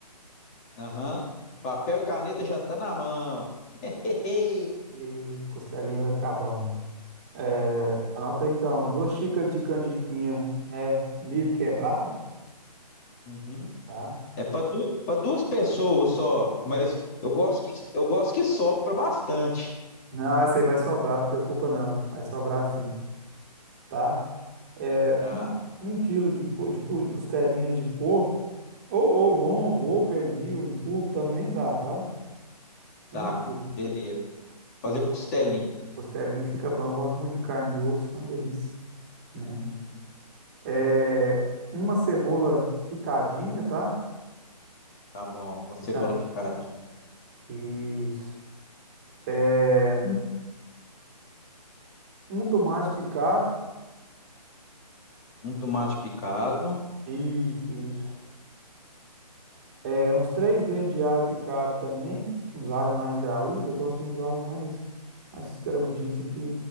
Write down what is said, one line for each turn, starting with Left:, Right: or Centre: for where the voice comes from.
Left: Aham, papel e caneta já tá na mão. <laughs> Hehe.
Right: E costelinha vai ficar bom. É,
Left: Bom demais.
Right: anota aí, então, duas xícaras de canjiquinha, né? Milho quebrado,
Left: Uhum.
Right: tá?
Left: É para para duas pessoas só, mas eu gosto que eu gosto que sobra bastante.
Right: Não, essa aí vai sobrar, não preocupa não. Vai sobrar sim, tá? É,
Left: Tá,
Right: um quilo de, co de, co de costelinha de porco, ou, ou lombo, ou pernil em cubo, também dá, tá? Um
Left: tá,
Right: quilo.
Left: beleza. Fazer
Right: E
Left: costelinha.
Right: costelinha fica bom, eu gosto muito de carne de osso, é uma delícia, né?
Left: Uhum.
Right: É, uma cebola picadinha, tá?
Left: Tá bom, uma cebola
Right: Picada.
Left: picadinha,
Right: Isso. É, um tomate picado.
Left: um tomate picado.
Right: Isso, isso. É, uns três dentes de alho picado também. Uns alhos mais graúdos. Eu gosto de uns alhos mais, mais graudinhos, assim, que